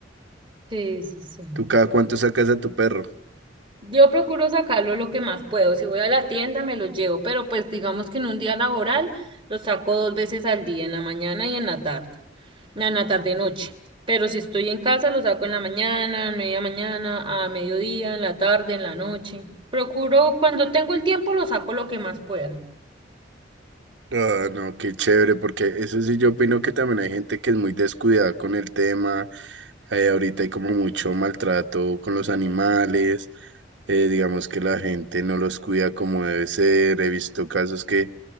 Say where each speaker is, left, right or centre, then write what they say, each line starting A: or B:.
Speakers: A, on the right; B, on the right.
A: Sí, sí, sí.
B: ¿Tú cada cuánto sacas a tu perro?
A: Yo procuro sacarlo lo que más puedo. Si voy a la tienda, me lo llevo, pero pues digamos que en un día laboral lo saco dos veces al día, en la mañana y en la tarde, en la tarde noche. Pero si estoy en casa, lo saco en la mañana, media mañana, a mediodía, en la tarde, en la noche. Procuro, cuando tengo el tiempo, lo saco lo que más pueda.
B: Ah, no, qué chévere, porque eso sí yo opino que también hay gente que es muy descuidada con el tema. eh, ahorita hay como mucho maltrato con los animales. eh, digamos que la gente no los cuida como debe ser. He visto casos que